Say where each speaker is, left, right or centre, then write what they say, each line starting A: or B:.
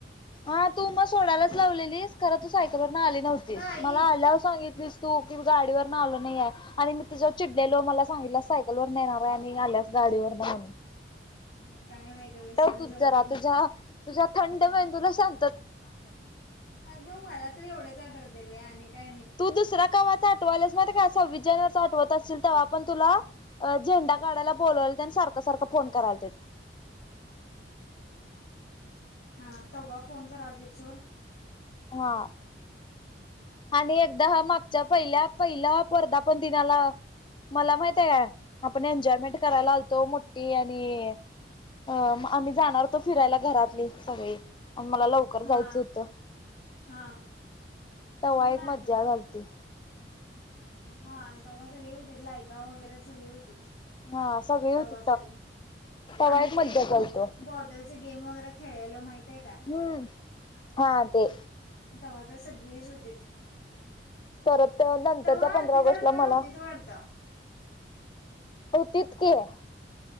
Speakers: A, on the left; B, on the left.
A: हा तू मग सोडायलाच लावलेलीस खर तू सायकलवर आली नव्हतीस
B: नाही
A: मला आल्यावर सांगितलीस. तू कि गाडीवरून आलो नाही आहे आणि मी तुझ्यावर चिडलेलो मला सांगितला. सायकल वर येणार आहे आणि आल्यास गाडीवर नाही.
B: काय माहती वैसवड
A: तूच
B: जाऊ
A: जरा
B: दे.
A: तुझ्या तुझ्या थंड ब तुला सां
B: अगं मला तर एवढेच आठवते व आणि काय नाही.
A: तू दुसऱ्या गवा आठवालास ना का असं विजयनाच आठवत असल तेव्हा आपण तुला. झेंडा काढायला बोलावला त्यांनी सारखं सारखं फोन कराल ते.
B: हा तेव्हा फोन कराल ते चोड.
A: हा. आणि एकदा मागच्या पहिल्या पहिला वर्धापण दिनाला. मला माहित आहे आपण एन्जॉयमेंट करायला आलतो मोठी आणि अग आम्ही जाणारतो फिरायला घरातली सगळी आणि मला लवकर. जायचं
B: हा
A: होतं
B: हा.
A: तव
B: खरं
A: एक
B: मला
A: मज्जा
B: आठवा
A: घलती.
B: हा तेव्हा सगळी होतीच लायका वगैरे सगळी होतीच.
A: हा सगळी होती
B: तवा तरी
A: तवा
B: आणि
A: एक मज्जा
B: ते
A: घालतो
B: बोट तसं गेम वगैरे खेळायला माहित आहे का?
A: हम्म हा ते.
B: तव्हा तर सगळीच होती.
A: परत नंतरच्या
B: तव अर्पीता
A: पंधरा ऑगस्टला
B: रत्ना ना
A: मला
B: नव्हती त वाढतं.
A: हो तितकेयं.